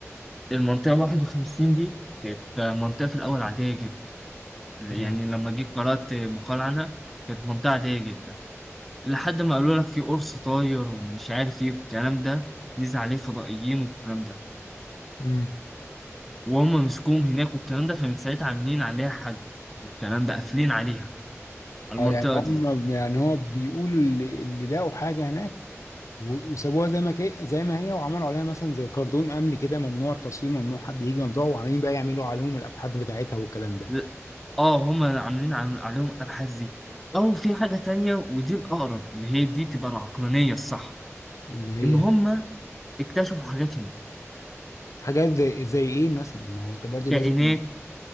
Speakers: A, in the centre; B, on the left.
A: المنطقه 51 دي كانت منطقه في الاول عاديه جدا يعني
B: تمام
A: لما جيت قرات مقال عنها كانت منطقه عاديه جدا لحد ما قالوا لك في قرص طاير ومش عارف ايه والكلام ده نزل عليه فضائيين والكلام ده
B: مم.
A: وهم مسكوهم هناك والكلام ده فمن ساعتها عاملين عليها حاجة والكلام ده قافلين عليها المنطقة
B: اه يعني هم
A: دي
B: يعني هو بيقولوا اللي, اللي لقوا حاجة هناك و- وسابوها زي ما كي... زي ما هي وعملوا عليها مثلا زي كاردون امن كده ممنوع التصوير ممنوع حد يجي ممنوع وعمالين بقى يعملوا عليهم الابحاث بتاعتها والكلام ده
A: ل- اه هم عاملين عم- عليهم الأبحاث دي أو في حاجة تانية ودي الأقرب اللي هي دي تبقى العقلانية الصح
B: اللي هي
A: إن هم اكتشفوا حاجات هناك
B: حاجات زي زي ايه مثلا ما هو انت برضو
A: كائنات
B: لازم